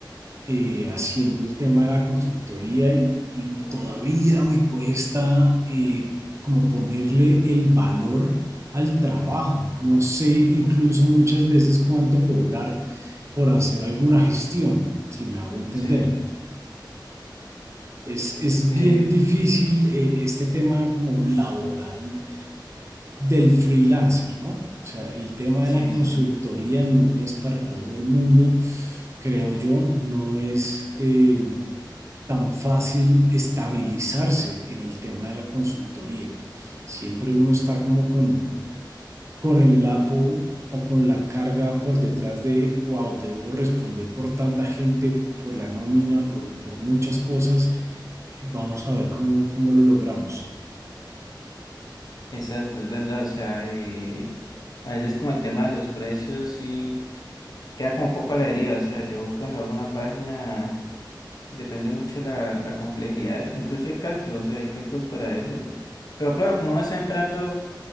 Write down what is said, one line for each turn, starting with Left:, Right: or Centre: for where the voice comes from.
Right: eh, haciendo el tema de la consultoría y, y todavía me cuesta eh, como ponerle el valor al trabajo. No sé incluso muchas veces cuánto cobrar por hacer alguna gestión, si me hago entender.
Left: sí,
Right: Es, es
Left: eh,
Right: bien difícil eh, este tema como laboral del freelancer, ¿no? O sea, el tema
Left: sí,
Right: de la consultoría
Left: sí.
Right: no es para todo el mundo, creo yo, no es eh, tan fácil estabilizarse en el tema de la consultoría. Siempre uno está como con con el lapo o con la carga por detrás de, wow, debo responder por tanta gente, por la nómina, por, por muchas cosas. Vamos a ver cómo, cómo lo logramos.
Left: Exacto, es verdad. O sea, eh, a veces como el tema de los precios sí queda como un poco a la deriva. O sea, yo cuando hago una página depende mucho la, la complejidad. Incluso hay cálculos, o sea, hay cálculos para eso. Pero claro, como uno está entrando...